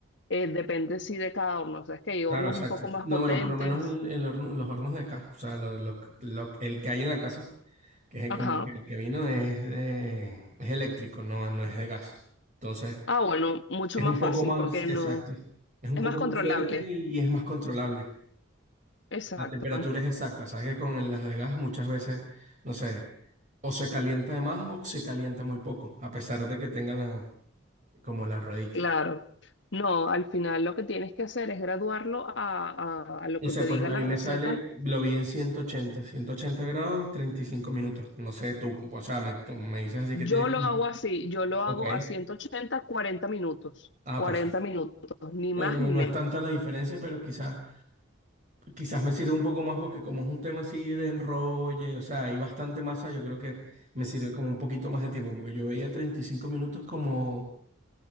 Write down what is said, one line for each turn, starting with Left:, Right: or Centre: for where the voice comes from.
Left: eh, depende sí de cada horno. O sea, es que hay
Right: Claro,
Left: hornos
Right: exacto.
Left: un poco más
Right: No,
Left: potentes.
Right: bueno, por lo menos el, el horno- los hornos de acá, o sea, lo- lo- lo- el que hay en la casa, que es el,
Left: Ajá.
Right: como que el que vino es de, es eléctrico, no, no es de gas. Entonces,
Left: Ah, bueno, mucho
Right: es
Left: más
Right: un
Left: fácil
Right: poco más,
Left: porque
Right: exacto,
Left: no,
Right: es un
Left: es
Right: poco
Left: más controlable.
Right: más fuerte y es más controlable.
Left: Exacto.
Right: La temperatura es exacta, sabes que con el- las de gas muchas veces, no sé, o se calienta de más o se calienta muy poco, a pesar de que tengan la, como la ruedita.
Left: Claro. No, al final lo que tienes que hacer es graduarlo a, a- a lo
Right: No
Left: que
Right: sé,
Left: te
Right: pues
Left: diga
Right: a
Left: la
Right: mí
Left: receta.
Right: me sale, lo vi en ciento ochenta ciento ochenta grados, 35 minutos. No sé, tú, o sea, me, como me dices así
Left: Yo
Right: que tienes que...
Left: lo hago así, yo lo hago
Right: Ok,
Left: a 180, 40 minutos,
Right: ah,
Left: 40
Right: perfecto.
Left: minutos, ni
Right: No,
Left: más
Right: no,
Left: ni
Right: no
Left: menos.
Right: es tanta la diferencia, pero quizás, quizás me sirve un poco más porque como es un tema así de enrolle, o sea, hay bastante masa, yo creo que me sirve como un poquito más de tiempo, porque yo veía 35 minutos como